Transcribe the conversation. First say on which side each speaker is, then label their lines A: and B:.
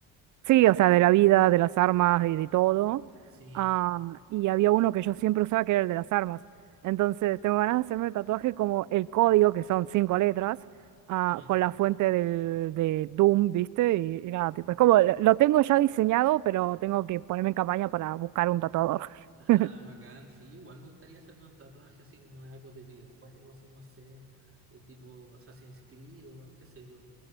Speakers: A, on the right; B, on the right.
A: Sí, o sea, de la vida, de las armas, de, de todo.
B: Sí.
A: Ah, y había uno que yo siempre usaba que era el de las armas. Entonces, tengo ganas de hacerme el tatuaje como el código, que son cinco letras, ah,
B: Ujú.
A: con la fuente del, de Doom, ¿viste? Y, y nada,
B: Ah,
A: tipo, es como, lo lo tengo ya diseñado, pero tengo que ponerme en campaña para buscar un tatuador.
B: <laughs>
A: <laughs>
B: bacán, sí, igual me gustaría hacerme un tatuaje así como de algo de videojuego, así no sé, de tipo Assassin's Creed o qué sé yo,